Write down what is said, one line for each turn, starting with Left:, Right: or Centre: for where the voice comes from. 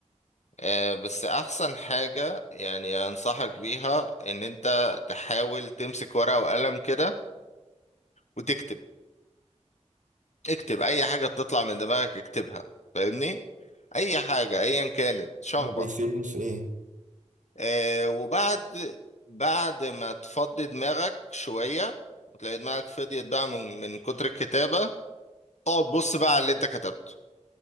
Left: آه بس احسن حاجة يعني انصحك بيها ان انت تحاول تمسك ورقة وقلم كده وتكتب اكتب اي حاجة بتطلع من دماغك اكتبها فاهمني اي حاجة ايا كانت شخبط
Right: ده هيفيدني في ايه
Left: آه وبعد بعد ما تفضي دماغك شوية وتلاقي دماغك فضيت بقى من من كتر الكتابة اقعد بص بقى على اللي انت كتبته